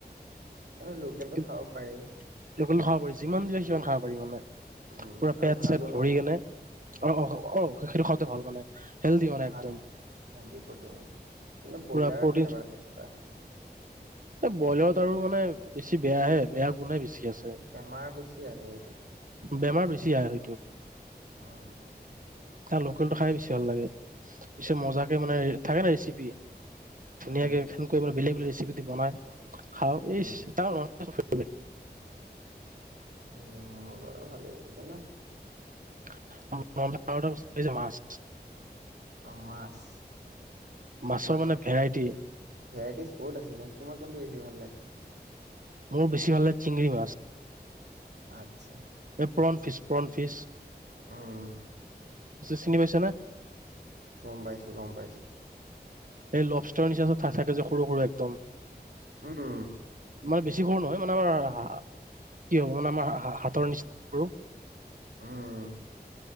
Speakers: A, on the right; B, on the right.
A: কাৰণে লোকেলটো
B: কিন্তু
A: খাব পাৰি।
B: <inaudible> যিমান দিলে সিমান খাব পাৰি মানে।
A: উম
B: পুৰা
A: আৰু
B: পেট
A: ভালো
B: চেট ভৰি
A: ন
B: কিনে অ', অ', অ', সেইটো খাওঁতে ভাল মানে। হেল্ডি মানে
A: ভাল
B: একদম
A: হেল্ডী প্ৰ'টিন আছে কিন্তু
B: পুৰা
A: ব্ৰইলাৰত
B: প্ৰটিন
A: নাই বাৰু <unintelligible>
B: এহ ব্ৰইলাৰত আৰু মানে। বেছি বেয়াহে বেয়া কোনে বেছি আছে।
A: বেমাৰ বেছি আহে এইটোত।
B: বেমাৰ বেছি আহে হয়তো।
A: অহ ',
B: তাৰ লোকেলটো খাই বেছি ভাল লাগে। পিছে
A: তাকে
B: মজাকে মানে থাকে ন ৰেচিপি ধুনীয়াকে
A: উম
B: সেনকো মানে বেলেগে - বেলেগে ৰেচিপি। ৰেচিপিতো বনাই। খাওঁ
A: উম
B: এইচ তাও <unintelligible>
A: এই মোৰ বাৰু ভালেই একো নাই।
B: <unintelligible> আৰু এটা বস্তু এই যে মাছ।
A: মাছ
B: মাছৰ
A: মাছত
B: মানে ভেৰাইটি।
A: ভেৰাইটিজ বহুত আছে কিন্তু তোমাৰ কোনটো বেছি ভাল লাগে?
B: মোৰ বেছি ভাল লাগে চিঙৰি মাছ।
A: আচ্ছা।
B: এই প্ৰণ ফিছ -প্ৰণ ফিছ।
A: উম ',
B: চিনি পাইছ নে?
A: গম পাইছো- গম পাইছো।
B: এই লভ ষ্টৰ নিচিাক থাকে যে সৰু- সৰু একদম।
A: উম',
B: মানে বেছি সৰু নহয় মানে আমাৰ কি হ'ব মানে আমাৰ হাতৰ নিচিনা সৰু।
A: উম',